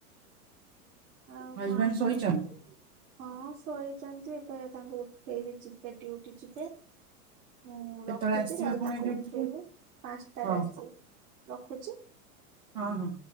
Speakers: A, on the right; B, on the right.
A: ଆଉ
B: ହଜବେଣ୍ଡ
A: କଣ କୁହ।
B: ଶୋଇଛନ୍ତି
A: ହଁ ଶୋଇଛନ୍ତି ଏବେ ତାଙ୍କୁ ଉଠେଇବି ଯିବେ ଡ୍ୟୁଟି ଯିବେ। ହଁ
B: କେତେବେଳେ
A: ରଖୁଛି
B: ଆସିବେ
A: ଆଉ
B: ପୁଣି
A: ତାଙ୍କୁ
B: ଡ୍ୟୁଟିରୁ
A: ଉଠେଇବି ପାଞ୍ଚଟାରେ
B: ହଉ
A: ଆସିବେ
B: ହଉ
A: ରଖୁଛି।
B: ହଁ ହଁ।